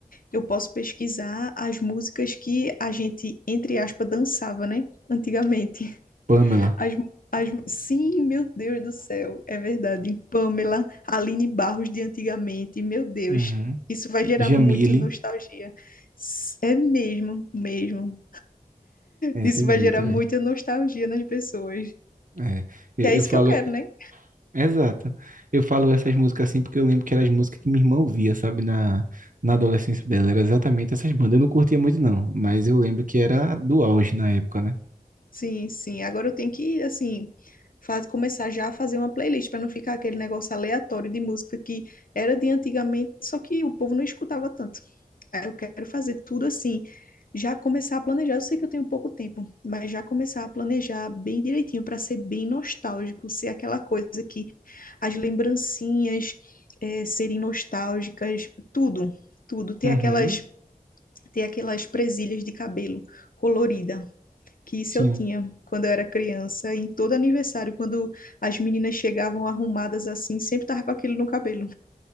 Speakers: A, on the left (about 70°); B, on the right (about 60°).
A: eu posso pesquisar as músicas que a gente, entre aspas, dançava, né? Antigamente.
B: Pamela,
A: As, as, sim, meu Deus do céu, é verdade. Pamela, Aline Barros de antigamente, meu Deus.
B: uhum.
A: Isso vai gerar
B: Jamile,
A: muita nostalgia. S- É mesmo, mesmo.
B: é,
A: Isso
B: tem
A: vai
B: muita,
A: gerar muita
B: velho.
A: nostalgia nas pessoas.
B: É, eu,
A: Que é isso
B: eu falo,
A: que eu quero, né?
B: exato. Eu falo essas músicas assim porque eu lembro que eram as músicas que minha irmã ouvia, sabe, na, na adolescência dela. Era exatamente essas bandas. Eu não curtia muito, não, mas eu lembro que era do auge na época, né?
A: Sim, sim. Agora eu tenho que, assim, faz, começar já a fazer uma playlist para não ficar aquele negócio aleatório de música que era de antigamente, só que o povo não escutava tanto. Aí eu quero fazer tudo assim, já começar a planejar. Eu sei que eu tenho pouco tempo, mas já começar a planejar bem direitinho para ser bem nostálgico, ser aquela coisa que as lembrancinhas eh, serem nostálgicas, tudo, tudo. Ter
B: Uhum,
A: aquelas, ter aquelas presilhas de cabelo colorida que isso
B: sim.
A: eu tinha quando eu era criança, em todo aniversário, quando as meninas chegavam arrumadas assim, sempre tava com aquilo no cabelo.